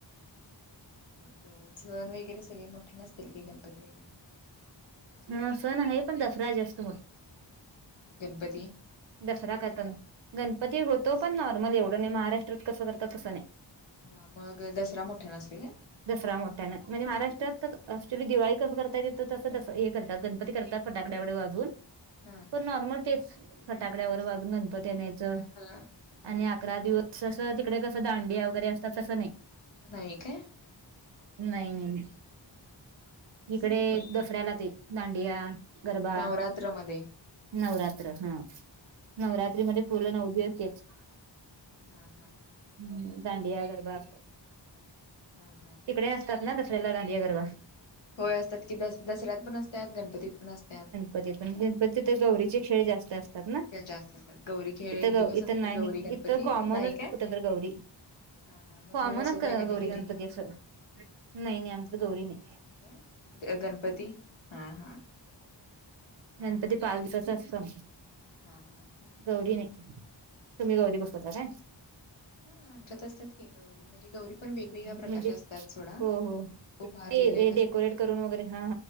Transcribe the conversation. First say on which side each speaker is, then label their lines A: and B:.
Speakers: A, on the left (about 80°); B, on the right (about 65°).
A: मग सण वगैरे सगळे मोठे नसतील की गणपती वगैरे?
B: हा असंण आहे पण दसरा जास्त मो
A: गणपती
B: दसरा करताना गणपती होतो पण नॉर्मल एवढं नाही महाराष्ट्रात कसं करतात तसं नाही.
A: हा मग दसरा मोठ्या नसते का?
B: दसरा मोठ्याना म्हणजे महाराष्ट्रात असली दिवाळी कसं करता येत तसं दस हे करतात गणपती करतात. फटाकडे एवडे वाजून.
A: हा.
B: नॉर्मल ते फटाकड्यावर वागून गणपतीआणयच आणि
A: हा हा हा
B: अकरा दिवस ससं तिकडे कसं दांडिया वगैरे असतात तसं नाही
A: नाही काय
B: नाही नाही इकडे
A: मग
B: दसऱ्याला ते. दांडिया, गरबा,
A: नवरात्रमध्ये
B: नवरात्र हा. नवरात्रीमध्ये पूर्ण नऊ दिवस तेच.
A: हा हा.
B: हम्म दांडया गरबा असते.
A: हा हा.
B: तिकडे असतात ना दसऱ्याला, दांडिया, गरबा.
A: होय असत्यात की दस दसऱ्यात पण असत्यात गणपतीत पण असत्यात.
B: कधी पण गणपती ते गौरीचे खेळ जास्त अस असतात ना
A: जास्त असतात गौरी खेळ
B: इथं
A: एक
B: गं,
A: दिवस
B: इथं
A: असते
B: नाही
A: गौरी गणपती
B: इथं कॉमनच
A: नाही काय
B: कुठं तर गौरी.
A: हा हा मग
B: हो आम्हा
A: तुम्ही बसवताय
B: नात करत
A: का नाही
B: गौरी गणपती
A: घरी
B: असं नाही, नाही आमच्यात गौरी नाही.
A: काय गणपती हा हा हा
B: <unintelligible>
A: हा
B: पावसाचं असतं.
A: हा.. हा
B: गौरी नाही, तुम्हीं
A: हा
B: गौरी
A: हा
B: बसवता काय?
A: हा आमच्यात असतात की, गौरी म्हणजे गौरी पण वेगवेगळ्या प्रकारच्या
B: म्हणजे
A: असतात सोडा.
B: हो, हो..
A: उभारलेल्या
B: ते
A: एक असत्या
B: डेकोरेट
A: गौरी
B: करून वगैरे हा